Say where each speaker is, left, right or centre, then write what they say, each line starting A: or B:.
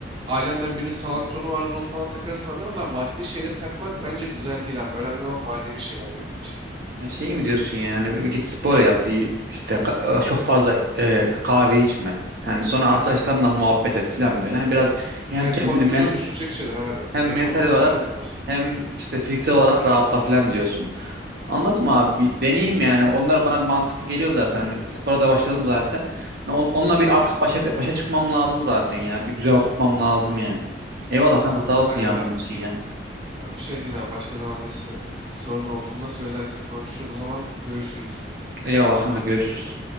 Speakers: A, on the right (about 25°); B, on the right (about 55°).
A: ailenden birinin sağlık sorunu vardır onu falan takarsın anlarım da maddi şeyleri takmak bence güzel değil abi. Önemli olan manevi şeyler benim için.
B: Ya Şey mi diyorsun yani hani bir git spor yap bir işte ka- e, çok fazla e, kahve içme. Yani sonra arkadaşlarınla muhabbet et falan böyle. Hani biraz hem
A: Evet
B: kendini
A: kortizolü
B: men
A: düşürecek şeyler abi. Stres
B: Hem mental
A: hormonunu
B: olarak
A: düşürüyor bunlar sonra.
B: hem işte fiziksel olarak rahatla falan diyorsun. Anladım abi. Bir deneyeyim yani. Onlar bana mantıklı geliyor zaten. Hani spora da başladım zaten. Hani on- onunla bir artık başa, başa çıkmam lazım zaten ya. Bir düzen oturtmam lazım yani. Eyvallah kanka sağ olsun
A: Aynen
B: yardımın
A: abi.
B: için ya.
A: Ha, Bir şey değil abi. Başka zamanda işte sorun olduğunda söylersin konuşuruz o zaman görüşürüz.
B: Eyvallah kanka görüşürüz.